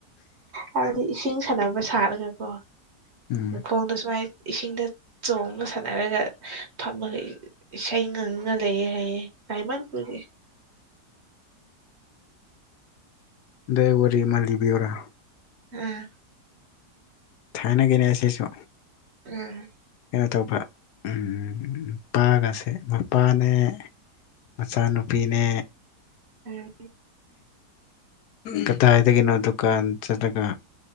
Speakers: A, on the right; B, on the left.
A: ꯍꯥꯏꯗꯤ ꯏꯁꯤꯡ ꯁꯥꯟꯅꯕ ꯁꯥꯠꯂꯒꯀꯣ
B: ꯎꯝ
A: ꯃꯈꯣꯡꯗꯣ ꯁꯨꯃꯥꯏꯅ ꯏꯁꯤꯡꯗ ꯆꯣꯡꯉ ꯁꯥꯟꯅꯔꯒ ꯐꯝꯃꯒ ꯏ ꯏꯁꯩ ꯉꯪꯅ ꯂꯩꯑꯦ ꯍꯥꯏꯌꯦ ꯔꯥꯏꯃꯟꯄꯨꯔꯒꯤ
B: ꯗ ꯋꯥꯔꯤꯔꯤꯃꯥꯂꯤꯕꯤꯌꯣꯔꯥ
A: ꯎꯝ
B: ꯊꯥꯏꯅꯒꯤꯅꯦ ꯑꯁꯤꯁꯨ
A: ꯎꯝ
B: ꯀꯩꯅꯣ ꯇꯧꯕ ꯅꯨꯄꯥꯒꯁꯦ ꯃꯄꯥꯅꯦ ꯃꯆꯥꯅꯨꯄꯤꯅꯦ
A: ꯎꯝ
B: ꯀꯗꯥꯏꯗꯒꯤꯅꯣ ꯗꯨꯀꯥꯟ ꯆꯠꯂꯒ